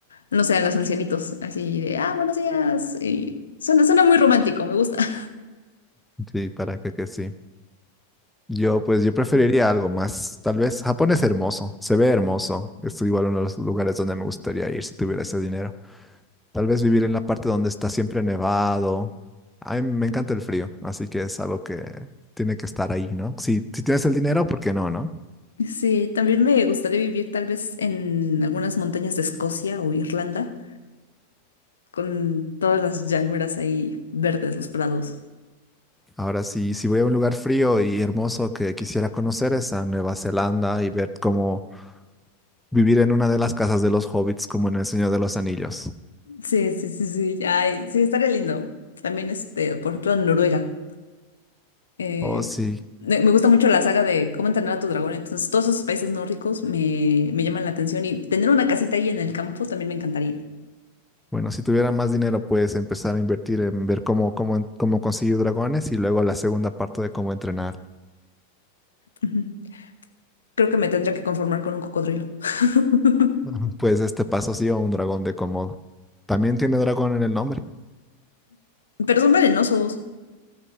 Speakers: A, on the left; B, in the centre.
A: no sé, a los ancianitos, así de, ah, buenos días. Y suena, suena muy romántico, me gusta. <laughs>
B: Sí, para que, que sí. Yo, pues, yo preferiría algo más. Tal vez Japón es hermoso, se ve hermoso. Es igual uno de los lugares donde me gustaría ir si tuviera ese dinero. Tal vez vivir en la parte donde está siempre nevado. A mí me encanta el frío, así que es algo que tiene que estar ahí, ¿no? Si, si tienes el dinero, ¿por qué no, no?
A: Sí, también me gustaría vivir tal vez en algunas montañas de Escocia o Irlanda, con todas las llanuras ahí verdes, los prados.
B: Ahora, si si voy a un lugar frío y hermoso que quisiera conocer es a Nueva Zelanda y ver cómo vivir en una de las casas de los hobbits, como en El Señor de los Anillos.
A: Sí, sí, sí, sí, ay, sí, estaría lindo. También, este, por ejemplo, en Noruega. Eh,
B: Oh, sí.
A: me me gusta mucho la saga de cómo entrenar a tu dragón, entonces todos esos países nórdicos me, me llaman la atención y tener una casita ahí en el campo también me encantaría.
B: Bueno, si tuviera más dinero, puedes empezar a invertir en ver cómo, cómo, cómo conseguir dragones y luego la segunda parte de cómo entrenar.
A: Ujú. Creo que me tendría que conformar con un cocodrilo. <laughs>
B: Ajá. Pues este paso sí o un dragón de Komodo. También tiene dragón en el nombre.
A: Pero son venenosos.